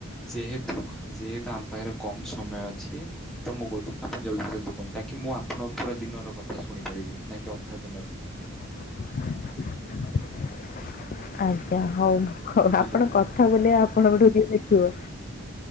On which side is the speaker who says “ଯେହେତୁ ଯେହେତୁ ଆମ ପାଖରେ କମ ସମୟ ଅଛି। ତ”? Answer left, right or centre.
Centre